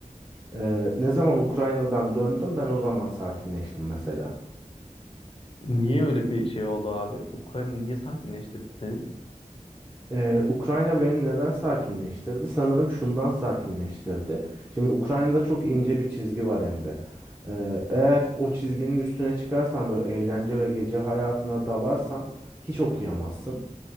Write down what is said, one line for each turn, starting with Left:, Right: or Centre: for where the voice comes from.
Right: Ee, ne zaman Ukrayna'dan döndüm ben o zaman sakinleştim mesela.
Left: Niye öyle bir şey oldu abi? Ukrayna niye sakinleştirdi seni?
Right: Ee, Ukrayna beni neden sakinleştirdi? Sanırım şundan sakinleştirdi. Şimdi Ukrayna'da çok ince bir çizgi var Emre. Ee, eğer o çizginin üstüne çıkarsan böyle eğlence ve gece hayatına dalarsan hiç okuyamazsın.